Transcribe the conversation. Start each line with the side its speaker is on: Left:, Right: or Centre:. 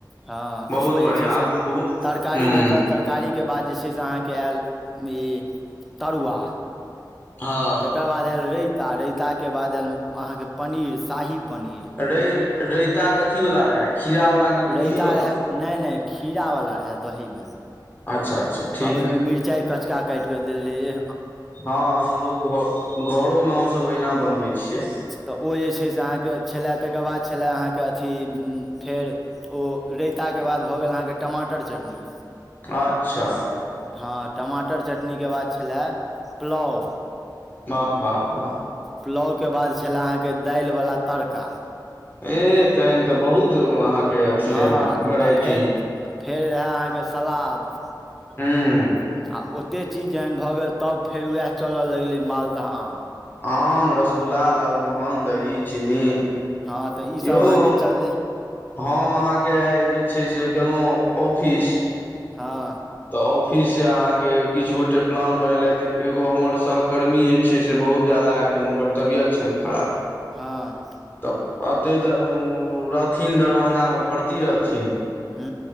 Centre: हँ
Left: बहुत
Centre: तऽ ओ
Left: बढ़िआँ
Centre: जे छै
Left: आब
Centre: से
Left: बहुत
Centre: तरकारी
Left: हुँ
Centre: भेटल तरकारीके बाद जे छै से अहाँके आयल ई तरुआ
Left: हँ
Centre: तकर बाद आएल राइता राताके बाद आयल अहाँके पनीर शाही पनीर
Left: रे र‌इता कथी वाला रहै खीरा वाला कि बूंदी
Centre: र‌इता
Left: वाला
Centre: रहै नहि नहि खीरा वाला रहै दही मे
Left: अच्छा अच्छा ठीक
Centre: आ ओहिमे मिरचाई कचका काटि कऽ देल रहे
Left: हँ लोको घ घरोमे हमसभ ओहिना बनबै छियै
Centre: तऽ ओ जे छै से अहाँके छलय तकर बाद छलय अहाँके अथी फेर ओ र‌इता के बाद भऽ गेल अहाँके टमाटर चटनी
Left: अच्छा
Centre: हँ टमाटर चटनी के बाद छलाए पुलाव
Left: वाह वाह वाह
Centre: पुलाव के बाद छले अहाँके दालि वला तड़का
Left: ए तहन तऽ बहुत अहाँके अथी
Centre: हँ
Left: रहे वेराइटी
Centre: आ फेर फेर रहै अहाँके सलाद आ
Left: हूँ
Centre: ओ एते चीज जहन भऽ गेल तब फेर वएह चलऽ लगलै मालदह आम
Left: आम रसगुल्ला लालमोहन दही चीनी
Centre: हँ तऽ ई
Left: यौ
Centre: सब अहाँके
Left: हम
Centre: चललै
Left: हम अहाँके आइ जे छै से गेलहुँ ऑफिस
Centre: हँ
Left: तऽ ऑफिस से अहाँ के किछु गोटे प्लान बनेलथि एगो हमर सहकर्मी जे छै से बहुत ज्यादा एखन हुनकर तबियत छनि खराब
Centre: हँ
Left: तऽ एतैऽ रहथिन दरभंगामे भर्ती रहथिन
Centre: हू